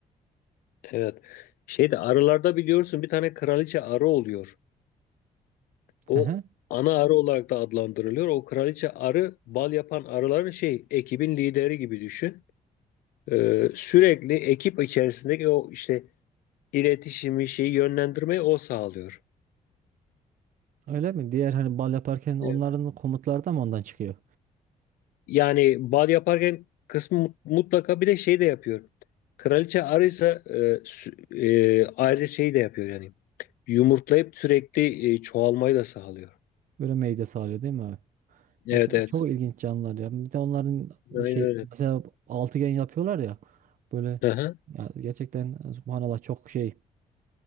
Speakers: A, on the left (about 80°); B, on the right (about 65°).
A: evet. Şeyde arılarda biliyorsun bir tane kraliçe arı oluyor. O
B: Hı hı.
A: ana arı olarak da adlandırılıyor. O kraliçe arı bal yapan arıların şey ekibin lideri gibi düşün. Ee, sürekli ekip içerisindeki o işte iletişimi şeyi yönlendirmeyi o sağlıyor.
B: Öyle mi? Diğer hani bal yaparken onların
A: Evet.
B: komutları da mı ondan çıkıyor?
A: Yani bal yaparken kısmı mutlaka bir de şey de yapıyor. Kraliçe arıysa e, sü- e, ayrıca şey de yapıyor yani. Yumurtlayıp sürekli e, çoğalmayı da sağlıyor.
B: Böyle meyde sağlıyor değil mi abi?
A: Evet
B: Evet,
A: evet.
B: çok ilginç canlılar ya. Bir de onların
A: Aynen
B: şey
A: öyle.
B: mesela altıgen yapıyorlar ya. Böyle
A: Aha,
B: ya gerçekten subhanallah çok şey.